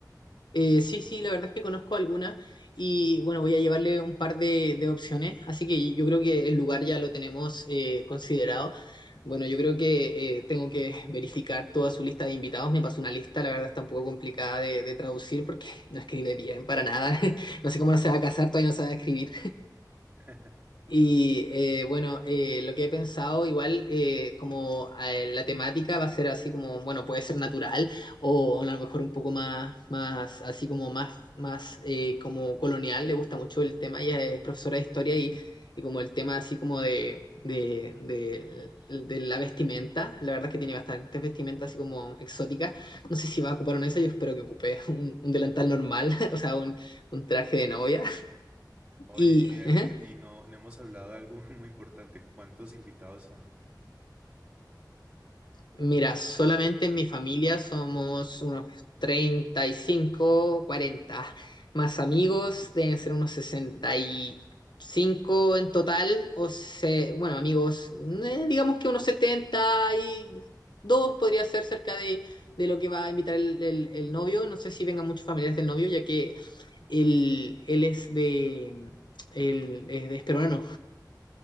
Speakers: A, on the left; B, on the right.
A: Eh, sí, sí, la verdad es que conozco algunas y bueno, voy a llevarle un par de, de opciones, así que yo creo que el lugar ya lo tenemos eh, considerado. Bueno, yo creo que eh, tengo que <laughs> verificar toda su lista de invitados, me pasó una lista, la verdad está un poco complicada de, de traducir porque <laughs> no escribe bien para nada, <laughs> no sé cómo no se va a casar, todavía no sabe escribir.
B: <laughs>
A: Y eh, bueno, eh, lo que he pensado, igual eh, como eh, la temática va a ser así como, bueno, puede ser natural o a lo mejor un poco más, más así como más, más eh, como colonial, le gusta mucho el tema, ella es profesora de historia y, y como el tema así como de, de, de, de la vestimenta, la verdad es que tiene bastantes vestimentas así como exóticas, no sé si va a ocupar una de esas, yo espero que ocupe un, un delantal normal, <laughs> o sea, un, un traje de novia
B: Oye,
A: y...
B: y mira,
A: <laughs>
B: y,
A: ¿eh?
B: y no, no hemos hablado de algo <laughs> muy importante. ¿Cuántos invitados son?
A: Mira, solamente en mi familia somos unos 35, 40. más amigos deben ser unos sesenta y cinco en total, o se, bueno, amigos, eh, digamos que unos setenta y dos podría ser cerca de, de lo que va a invitar el, el- el novio. No sé si vengan muchos familiares del novio, ya que él, él es de, él es de Esperona,